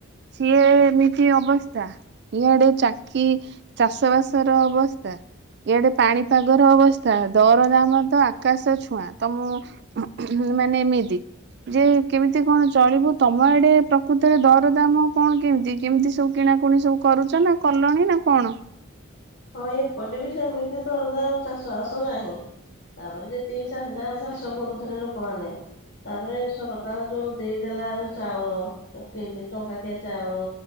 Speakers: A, on the right; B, on the left.
A: ସିଏ ଏମିତି ଅବସ୍ଥା ଇଆଡେ ଚାକି ଚାଷ ବାସର ଅବସ୍ଥା ଇଆଡେ ପାଣିପାଗର ଅବସ୍ଥା। ଦରଦାମ ତ ଆକାଶ ଛୁଆଁ। ତ ମୁଁ ତମ ମାନେ ଏମିତି ଯେ କେମିତି କଣ ଚଳିବୁ ତମ ଏଡେ ପ୍ରକୃତରେ ଦରଦାମ କଣ କେମିତି କେମିତି ସବୁ କିଣାକୁଣି ସବୁ କରୁଛ ନା କଲଣି ନା କଣ?
B: ହଁ ଏପଟେ ବି ସେମିତି ଦ ଚାଷବାସ ନାହିଁ। ତାପରେ ଯେତିକି ଚା ଯାହା ଚାଷ କରୁ ଲୋକମାନେ ତାପରେ ସର ତର ଯଉ ଦେଇଦେଲା ଯଉ ଚାଉଳ। କେଜି ଟଙ୍କାକିଆ ଚାଉଳ